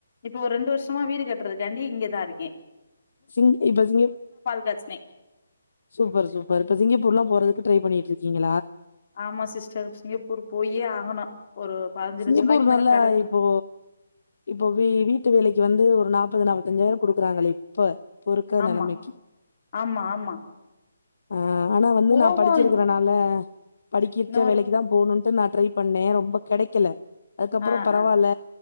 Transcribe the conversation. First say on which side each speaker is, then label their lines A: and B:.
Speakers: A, on the left; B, on the left.
A: இப்போ ஒரு ரெண்டு வருஷமா வீடு கட்டுறதுக்காண்டி இங்கதா இருக்க
B: சிங்க இப்ப சிங்க
A: காச்சுனே
B: சூப்பர் சூப்பர் இப்ப சிங்கப்பூருல்லா போற்து ட்ரை பண்ணிடு இருக்கீங்க
A: ஆமா சிஸ்டர் சிங்கப்பூர் போயே ஆகணு ஒரு பதினஞ்சு
B: சிங்கப்பூர்
A: லட்ச ரூபாய்க்கு மேல
B: நல்லா
A: கடன் இருக்கு
B: இப்போ இப்போ வீட்டு வேலிக்கு வந்து ஒரு நாபது நாப்பத்தஞ்சுாயிரம் குடுக்குறாங்களே இப்ப இப்போ இருக்க
A: ஆமா
B: நெலைமைக்கு.
A: ஆமா ஆமா
B: ஆ ஆனா வந்து
A: போவோ
B: நா படிச்சிருக்கறனால படிக்கச்ச
A: இன்னொரு
B: வேலைக்கு தா போகணும்ன்ட்டு நா ட்ரை பண்ணே ரொம்ப கெடைக் இருக்குல அதுக்கப்புற
A: ஆ
B: பரவால்ல
A: ஆ